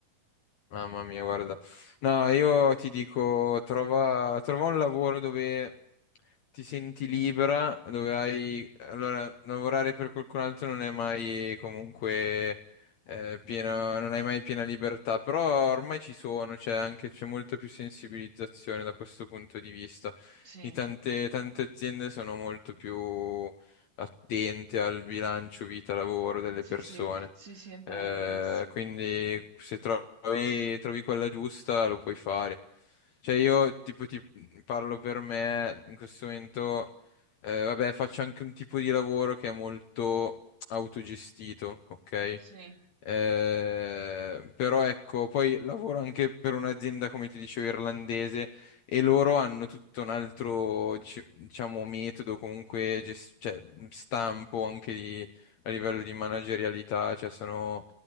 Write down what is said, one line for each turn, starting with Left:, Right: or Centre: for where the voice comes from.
Left: Mamma mia, guarda. No, io ti dico, trova, trova un lavoro dove ti senti libera, dove hai... Allora, lavorare per qualcun altro non è mai comunque eh, pieno, non hai mai piena libertà, però ormai ci sono, c'è anche, c'è molta più sensibilizzazione da questo punto di vista.
Right: Sì,
Left: I tante, tante aziende sono molto più attente al bilancio vita-lavoro delle
Right: sì,
Left: persone.
Right: sì, sì, sì, è vero,
Left: Eh,
Right: è verissimo.
Left: quindi se trovi, trovi quella giusta lo puoi fare. Cioè io tipo ti parlo per me in questo momento, eh, vabbè, faccio anche un tipo di lavoro che è molto autogestito, ok?
Right: Sì,
Left: Eh, però ecco, poi lavoro anche per un'azienda, come ti dicevo, irlandese e loro hanno tutto un altro, dici- diciamo, metodo, comunque, ges- cioè, stampo anche di a livello di managerialità, cioè sono,